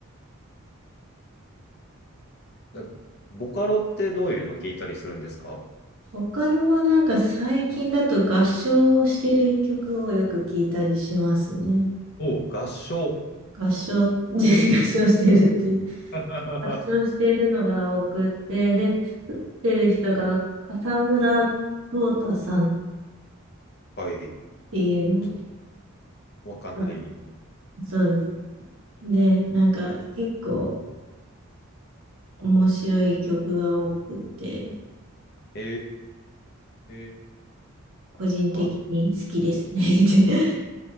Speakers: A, on the left; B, on the right.
A: うん、ボカロってどういうの聞いたりするんですか
B: ボカロはなんか最近だと合唱をしてる曲をよく聞いたりしますね。
A: お合唱。
B: 合唱、<laughs> 合唱してるっていう。
A: <laughs> は
B: 合唱してるのが多くて、で、作ってる人が笠村淘汰さんっ
A: い。
B: ていうの。
A: ちょっとわかんない。
B: あそうです。で、なんか結構面白い曲が多くて、
A: えー、
B: 個人的に好きですね。
A: 合
B: <laughs>